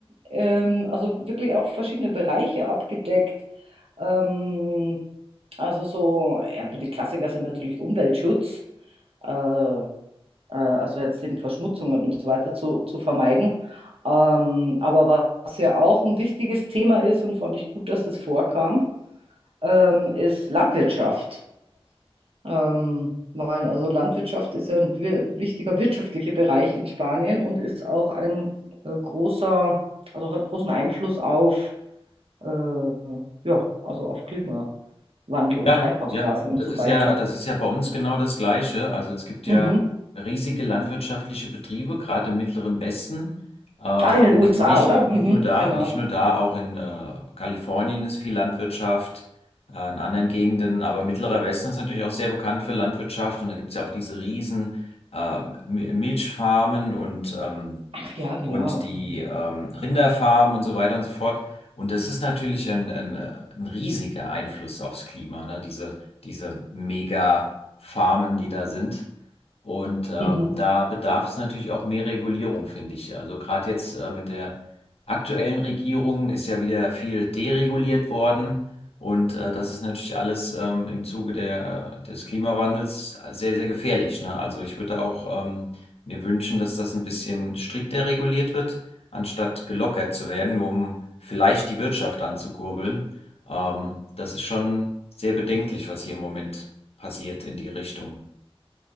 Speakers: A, on the right; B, on the left.
A: ähm, also wirklich auch verschiedene Bereiche abgedeckt. Ähm, also so, ja, die Klassiker sind natürlich Umweltschutz, äh, äh, also jetzt eben Verschmutzungen und so weiter zu, zu vermeiden. Ähm, aber wa- was ja auch ein wichtiges Thema ist und fand ich gut, dass das vorkam, ähm, ist Landwirtschaft. Ähm, weil also Landwirtschaft ist ja ein wir- wichtiger wirtschaftlicher Bereich in Spanien und ist auch ein äh, großer, also hat großen Einfluss auf, äh, ja, also auf Klimawandel
B: Ja,
A: und Treibhausgase
B: ja,
A: und
B: das
A: so
B: ist
A: weiter.
B: ja, das ist ja bei uns genau das Gleiche. Also es gibt
A: Mhm.
B: ja riesige landwirtschaftliche Betriebe, gerade im Mittleren Westen, äh, aber
A: Ah, in den USA,
B: ni- nicht,
A: oder?
B: nicht
A: Mhm,
B: nur da,
A: genau.
B: nicht nur da, auch in äh, Kalifornien ist viel Landwirtschaft, äh, in anderen Gegenden, aber Mittlerer Westen ist natürlich auch sehr bekannt für Landwirtschaft und da gibt es ja auch diese riesen äh, Mi- Milchfarmen und ähm,
A: Ach ja, genau.
B: und die
A: Mhm.
B: ähm, Rinderfarmen und so weiter und so fort. Und das ist natürlich ein, ein, äh, ein riesiger Einfluss aufs Klima, ne? Diese, diese Mega-Farmen, die da sind. Und ähm,
A: Mhm.
B: da bedarf es natürlich auch mehr Regulierung, finde ich. Also gerade jetzt äh, mit der aktuellen Regierung ist ja wieder viel dereguliert worden. Und äh, das ist natürlich alles ähm, im Zuge der, des Klimawandels sehr, sehr gefährlich, ne? Also ich würde da auch ähm, mir wünschen, dass das ein bisschen strikter reguliert wird, anstatt gelockert zu werden, nur um vielleicht die Wirtschaft anzukurbeln. Ähm, das ist schon sehr bedenklich, was hier im Moment passiert in die Richtung.